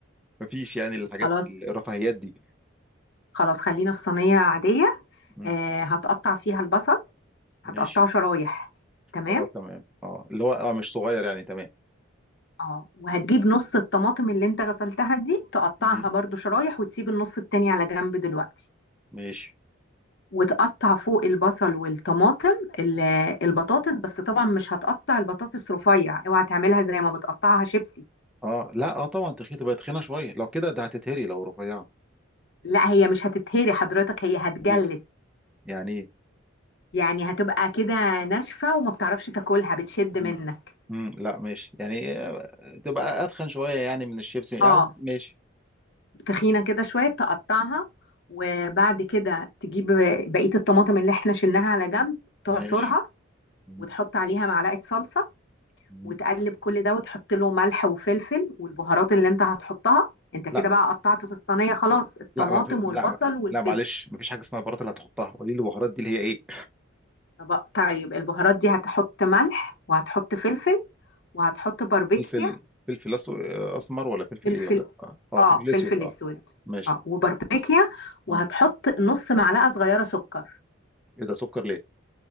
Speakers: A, in the centre; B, on the left.
A: مفيش يعني الحاجات
B: خلاص
A: الرفاهيات دي
B: خلاص خلينا في صينية عادية
A: مم.
B: آه هتقطع فيها البصل هتقطعه
A: ماشي
B: شرايح تمام
A: اه تمام اه اللي هو اه مش صغير يعني تمام
B: اه وهتجيب نص الطماطم اللي انت غسلتها دي تقطعها
A: مم.
B: برضو شرايح وتسيب النص التاني على جنب دلوقتي
A: ماشي
B: وتقطع فوق البصل والطماطم ال- البطاطس بس طبعا مش هتقطع البطاطس رفيع اوعى تعملها زي ما بتقطعها شيبسي
A: اه لا اه طبعا تخينه تبقى تخينه شويه لو كده ده هتتهري لو رفيعه
B: لا هي مش هتتهري حضرتك هي هتجلد
A: ليه؟ يعني ايه
B: يعني هتبقى كده ناشفة وما بتعرفش تاكلها بتشد
A: مم.
B: منك
A: مم. لا ماشي يعني آه، تبقى اتخن شويه يعني من الشيبسي يعني
B: اه
A: ماشي
B: تخينة كده شوية تقطعها وبعد كده تجيب بقية الطماطم اللي احنا شلناها على جنب تعصرها
A: ماشي مم.
B: وتحط عليها معلقة صلصة
A: مم.
B: وتقلب كل ده وتحط له ملح وفلفل والبهارات اللي انت هتحطها انت كده
A: لا
B: بقى قطعت في الصينية خلاص الطماطم
A: لا ما في... لا
B: والبصل والفلفل
A: لا معلش مفيش حاجه اسمها البهارات اللي هتحطها قولي لي البهارات دي اللي هي ايه
B: طب- طيب البهارات دي هتحط ملح وهتحط فلفل وهتحط باربيكيا
A: فلفل فلفل أس... اسمر ولا فلفل
B: فلفل
A: ايه ولا اه, آه
B: اه
A: فلفل
B: فلفل
A: اسود اه
B: اسود
A: ماشي
B: اه وباربيكيا وهتحط
A: اه
B: نص معلقة صغيرة سكر
A: ايه ده سكر ليه